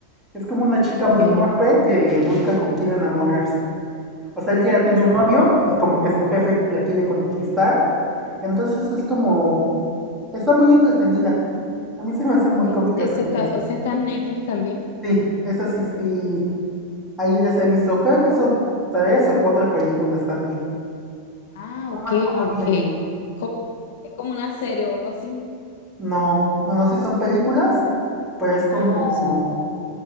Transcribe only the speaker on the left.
Ok.
Esa,
es-
esa
está,
esa está en Netflix también.
Ah,
ok,
ok. Es como, es como una serie o algo así.
Ah, o sea,